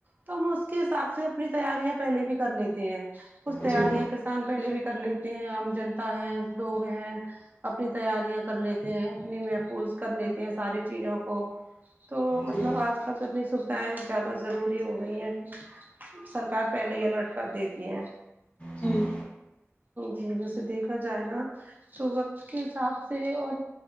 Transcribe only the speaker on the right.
تو ہم اس کے حساب سے اپنی تیاریاں پہلے بھی کر لیتے ہیں کچھ تیاریاں
ان پہلے بھی کر لیتے ہیں عام جنتا ہے لوگ ہیں اپنی تیاریاں کر لیتے ہیں اپنی محفوظ کر لیتے ہیں ساری چیزوں کو تو مطلب
آج کل تو اتنی سویدھائیں زیادہ ضروری ہو گئی ہیں کہ سرکار پہلے ہی الرٹ کر دیتی ہے
جی ویسے دیکھا جائے نا تو وقت کے حساب سے اور